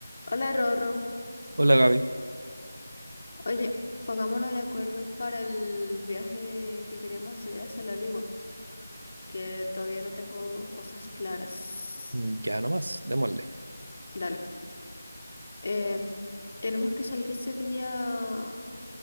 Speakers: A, on the left; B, on the right.
A: Hola Rorro.
B: Hola Gaby.
A: Oye, pongámonos de acuerdo para el viaje de- que queríamos hacer hacia la Ligua, que todavía no tengo cosas claras.
B: Mm, Ya nomás, démosle.
A: Dale. Eh, tenemos que salir ese día,